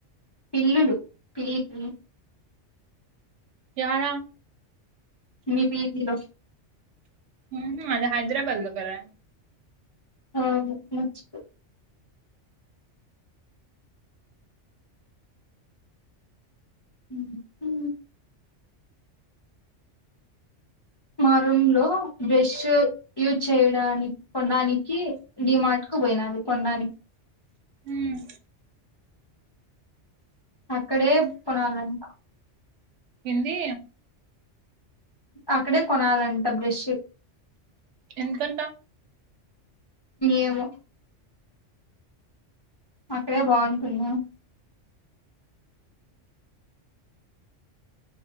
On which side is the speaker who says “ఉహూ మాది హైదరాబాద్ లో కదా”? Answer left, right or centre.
Right